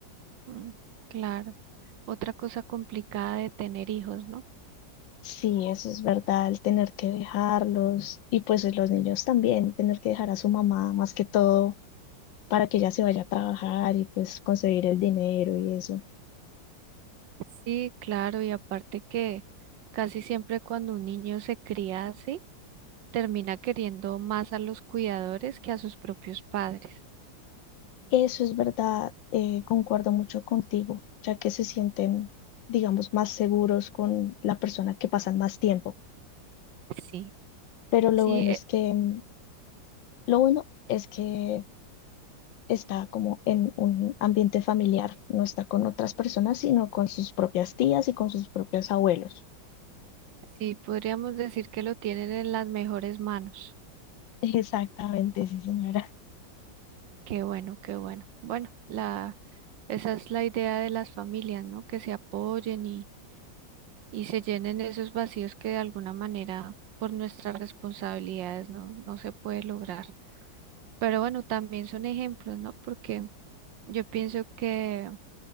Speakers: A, on the right; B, on the left.
A: Mm, claro, otra cosa complicada de tener hijos, ¿no?
B: Sí, eso es verdad, el tener que dejarlos y pues eh, los niños también, tener que dejar a su mamá más que todo para que ella se vaya a trabajar y pues conseguir el dinero y eso.
A: Sí, claro, y aparte que casi siempre cuando un niño se cría así, termina queriendo más a los cuidadores que a sus propios padres.
B: Eso es verdad, eh, concuerdo mucho contigo, ya que se sienten, digamos, más seguros con la persona que pasan más tiempo.
A: Sí,
B: Pero lo
A: sí,
B: bueno
A: e-
B: es que, mm, lo bueno es que está como en un ambiente familiar, no está con otras personas, sino con sus propias tías y con sus propios abuelos.
A: Sí, podríamos decir que lo tienen en las mejores manos.
B: Exactamente, sí, señora.
A: Qué bueno, qué bueno. Bueno, la, esa es la idea de las familias, ¿no? Que se apoyen y, y se llenen esos vacíos que de alguna manera por nuestras responsabilidades no, no se puede lograr. Pero bueno, también son ejemplos, ¿no? Porque yo pienso que